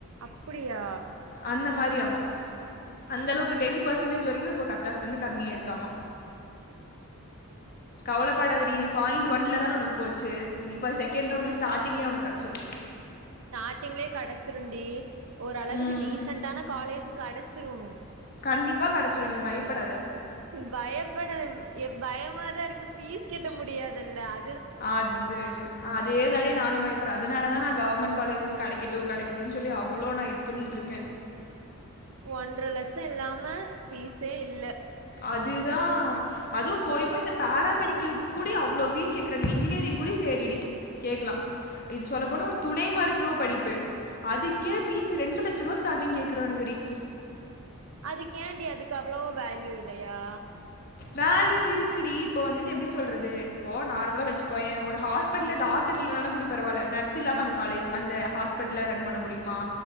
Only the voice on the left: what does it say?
அந்த மாரியாமா அந்த அளவுக்கு டென் பெர்சன்டேஜ் வரைக்கு இப்ப கட் ஆஃப் வந்து கம்மியாயிருக்காமா
கவலப்படாதடி பாயிண்ட் ஒன்ல தான உனக்கு போச்சு இனி பார் செகண்ட் ரவுண்ட்ல ஸ்டாட்டிங்லே உனக் கெடச்சிரு
ம்
கண்டிப்பா கெடச்சிரு நீ பயப்படாத
அதேதா அதே தானே நானு பயப்பற அதனால தா நா கவர்மெண்ட் காலேஜஸ் கடைக்கட்டு கடைக்கட்டுன் சொல்லி அவ்ளோ நா இது பண்ணிட்ருக்கே
அதுதா அதூ போயு போய் இந்த பேராமெடிக்கலுக் கூடி அவ்ளோ பீஸ் கேக்குறாங் இன்ஜினியரிங் கூடி சேரிடி கேக்கலா இது சொல்ல போனா ஒரு துணை மருத்துவ படிப்பு அதுக்கே ஃபீஸ்ஸு ரெண்டு லட்சருவா ஸ்டாடிங் கேக்கறானு டி
வேல்யூ இருக்குடி இப்போ வந்துட்டு எப்டி சொல்றது இப்போ நார்மலா வச்சு போயே ஒரு ஹாஸ் ஹாஸ்பட்ல டாக்ட்டர் இல்லன கூட பரவால்ல நர்ஸ் இல்லாம அந்த காலேஜ் அந்த ஹாஸ்பெட்ல ரன் பண்ண முடியுமா